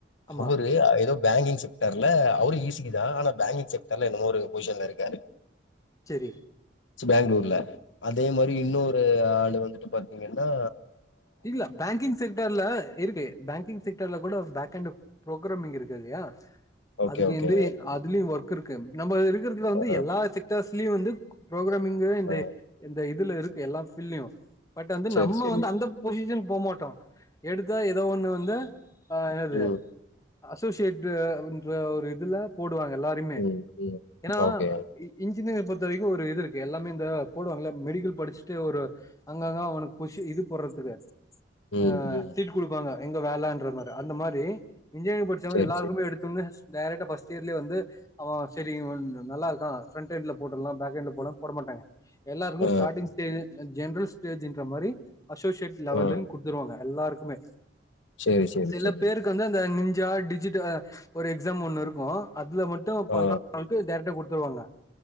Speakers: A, on the left (about 20°); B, on the left (about 85°).
A: ஆமா
B: அவரு எதோ பேங்கிங் செக்டார் ல அவரு இ சி இ தா ஆனா பேங்கிங் செக்டார்ல என்னமோ ஒரு பொசிஷன்ல இருக்காரு
A: செரி
B: பேங்ளூர்ல அதே மாரி இன்னொரு ஆள் வந்துட்டு பாத் திங்கன்டா
A: இல்ல பேங்கிங் செக்டார்ல இருக்கு பேங்கிங் செக்டார்ல கூட பேக் எண்டு ப்ரோக்ராமிங் இருக்கு இல்லயா
B: ஓகே,
A: அதுக்கு
B: ஓகே.
A: வந்து அதுலயு ஒர்க் <unintelligible> நம்ம இருக்கு <unintelligible> வந்து
B: ஆ,
A: எல்லா செக்டர்ஸ் <unintelligible> லயே வந்து புரோக்ராமிங்க இந்த
B: ஆ.
A: இந்த இது இதுல இருக்கு எல்லா ஃபீல்டுளையும் பட் வந்து
B: சரி,
A: நம்ம
B: சரி.
A: வந்து அந்த டிசன் போ மாட்டோ எடுத்தா ஏதோ ஒண்ணு வந் த ஆ என்னது
B: ம்,
A: அசோசியேட் டு என்ற ஒரு இதுல போட் டு வாங்க எல்லாரியுமே
B: ம், ம்.
A: ஏன்னா
B: ஓகே.
A: இ் இஞ் இன்ஜினியர் பொறுத்த வரைக்கு ஒரு இது இருக்கு எல்லாமே இந்த போடுவாங்கல்ல மெடிக்கல் படிச்சுட்டு ஒரு அங்கங்கே அவனுக்கு கொஷ்ஸி இது போடறதுக்கு
B: ம்,
A: ஆ
B: ம்.
A: சீட்டு் குடுப்பாங்க எங்க வேலேன்ற மாரி அந்த மாரி இன்ஜினியரிங் படிச்சவங்க
B: சரி,
A: எல்லாருமே
B: சரி.
A: எடுத்தோன்னே எச் டைரக்டா ஃபஸ்ட்டேரிலியே வந்து அவ செரி இவ ந ந நல்லா இருக்கா ஃப்ரண்ட் எண்ட்ல போட்டுரலா பேக் எண்ட்ல போனா போட மாட்டாங்க எல்லாருக்குமே
B: ஆ,
A: ஸ்டார்டிங் ஸ்டேஜு ஜெ ஜென்ரல் ஸ்டேஜ் என்ற மாரி அசோஸ் லெவலுன்
B: ஆ, ஆ.
A: குடுத்துருவாங்க எல்லாருக்குமே
B: சரி, சரி,
A: சில
B: சரி.
A: பேருக்கு வந்து அந்த நின் ஜ டிஜிட்ட ஒரு எக்ஸாம் ஒண்ணு இருக்கு அதுல மட்டு பண்ற
B: ஆ,
A: ங்களுக்கு டைரக்டா குட் துருவாங்க